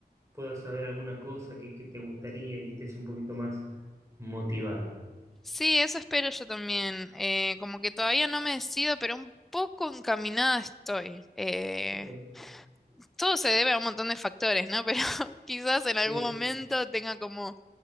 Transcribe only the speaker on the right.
puedas saber alguna cosa que, que te gustaría y estés un poquito más motivada.
Ok,
sí,